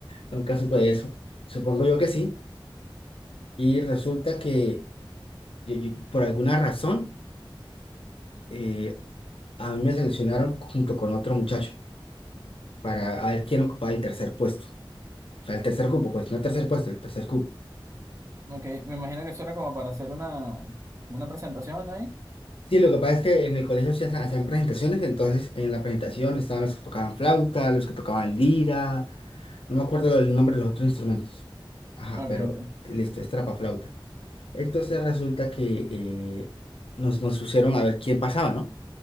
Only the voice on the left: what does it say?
Nunca supe de eso. Supongo yo que sí. Y resulta que yo- yo- por alguna razón eh, a mí me seleccionaron junto con otro muchacho para a ver quién ocupaba el tercer puesto. O sea, el tercer cupo, pues no el tercer puesto, el tercer cupo.
Sí, lo que pasa es que en el colegio se hacen- hacían presentaciones, entonces en la presentación estaban los que tocaban flauta, los que tocaban lira, no me acuerdo el nombre de los otros instrumentos. Ajá,
pero
listo, es trapa flauta. Entonces resulta que eh, nos, nos pusieron a ver quién pasaba, ¿no?